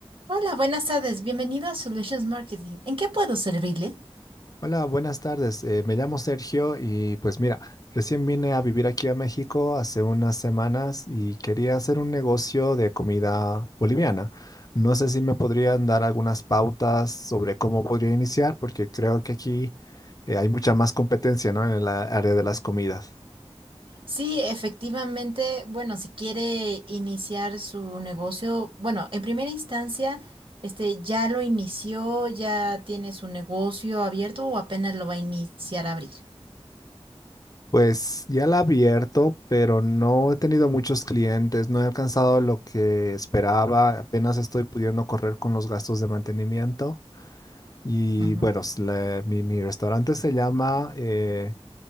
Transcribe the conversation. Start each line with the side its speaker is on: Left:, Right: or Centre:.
Right: Hola, buenas tardes. Bienvenido a Solutions Marketing. ¿En qué puedo servirle?
Left: Hola, buenas tardes. Eh, me llamo Sergio y pues mira, recién vine a vivir aquí a México hace unas semanas y quería hacer un negocio de comida boliviana. No sé si me podrían dar algunas pautas sobre cómo podría iniciar, porque creo que aquí eh, hay mucha más competencia, ¿no? En el a- área de las comidas.
Right: Sí, efectivamente, bueno, si quiere iniciar su negocio, bueno, en primera instancia, este, ¿ya lo inició, ya tiene su negocio abierto o apenas lo va a iniciar a abrir?
Left: Pues ya la he abierto, pero no he tenido muchos clientes, no he alcanzado lo que esperaba, apenas estoy pudiendo correr con los gastos de mantenimiento. Y
Right: Ujú.
Left: bueno, s- la- mi, mi restaurante se llama eh,